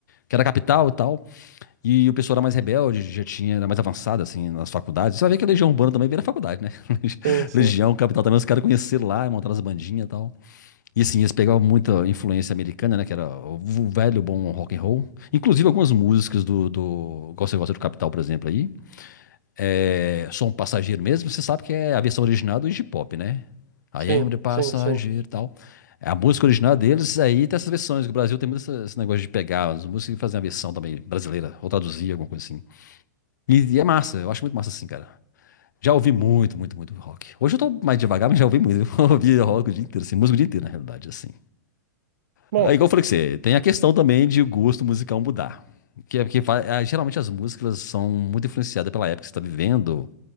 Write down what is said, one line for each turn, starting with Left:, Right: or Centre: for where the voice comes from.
Left: que era a capital e tal. E o pessoal era mais rebelde, já tinha, era mais avançado, assim, nas faculdades. Você vai ver que a Legião Urbana também veio da faculdade, né? <laughs>
Right: Sim, sim,
Left: Legião, Capital também, os caras conheceram lá, montaram as bandinhas e tal. E assim, eles pegavam muita influência americana, né? Que era o velho bom rock and roll. Inclusive algumas músicas do, do Gosta Gosta do Capital, por exemplo, aí. É, Sou um passageiro mesmo, você sabe que é a versão original do Iggy Pop, né? I
Right: sim,
Left: am the passageiro
Right: sim, sim.
Left: e tal. A música original deles aí tem essas versões. que O Brasil tem muito essa- esse negócio de pegar as músicas e fazer uma versão também brasileira, ou traduzir, alguma coisa assim. E, e é massa, eu acho muito massa assim, cara. Já ouvi
Right: Uhum.
Left: muito, muito, muito rock. Hoje eu tô mais devagar, mas já ouvi muito. <laughs> Eu ouvi
Right: Uhum.
Left: rock o dia inteiro, assim, música o dia inteiro, na realidade, assim.
Right: Bom,
Left: É igual eu falei que você, tem a questão também de o gosto musical mudar. Que é porque fa- ah, geralmente as músicas elas são muito influenciadas pela época que você está vivendo,